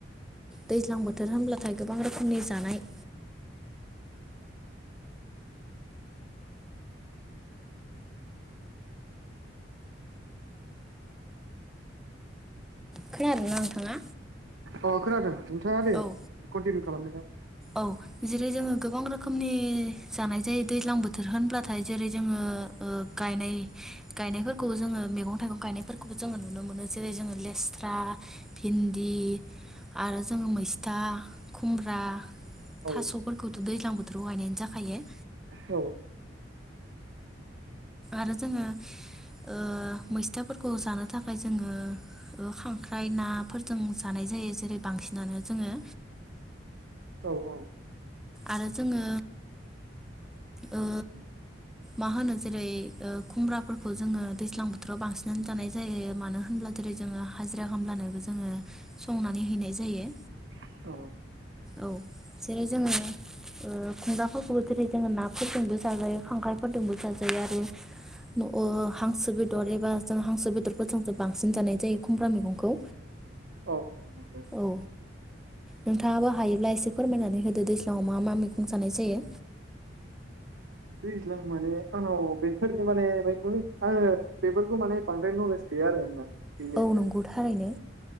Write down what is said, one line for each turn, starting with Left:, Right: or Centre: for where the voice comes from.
Centre: दैज्लां बोथोर होनब्लाथाय गोबां रोखोमनि जानाय खोनादों ना नोंथाङा?
Right: अ खोनादों। नोंथाङा दे
Centre: औ
Right: कन्टिनिउ खालामबाय था।
Centre: औ जेरै जोङो गोबां रोखोमनि जानाय जायो दैज्लां बोथोर होनब्लाथाय जेरै जोङो ओ गायनाय गायनायफोरखौ जोङो मैगं थाइगं गायनायफोरखौबो जोङो नुनो मोनो जेरै जोङो लेस्रा भिन्दि, आरो जोङो मैस्था, खुमब्रा,
Right: औ
Centre: थास'फोरखौथ' दैज्लां बोथोराव गायनायानो जाखायो।
Right: औ
Centre: आरो जोङो ओ मैस्थाफोरखौ जानो थाखाय जोङो खांख्राइ नाफोरजों जानाय जायो जेरै बांसिनानो जोङो।
Right: औ औ
Centre: आरो जोङो ओ मा होनो जेरै ओ खुमब्राफोरखौ जोङो दैज्लां बोथोराव बांसिनानो जानाय जायो। मानो होनब्ला जेरै जोङो हाजिरा खामब्लानोबो जोङो संनानै हैनाय जायो।
Right: औ
Centre: औ जेरै जोङो ओ खुमब्राफोरखौबो जेरै जोङो नाफोरजोंबो जाजायो खांख्रायफोरजोंबो जाजायो आरो हांसो बेदर एबा जों हांसो बेदरफोरजों सो बांसिन जानाय जायो खुमब्रा मैगंखौ।
Right: औ औ नंगौ
Centre: औ नोंथाङाबो हायोब्ला एसे फोरमायनानै होदो दैज्लाङाव मा मा मैगं जानाय जायो?
Right: दैज्लां माने आंनाव बेफोरनि माने आङो बेफोरखौ माने बांद्राय नलेज गैया आरो आंना। गैनाया
Centre: औ नंगौ थारैनो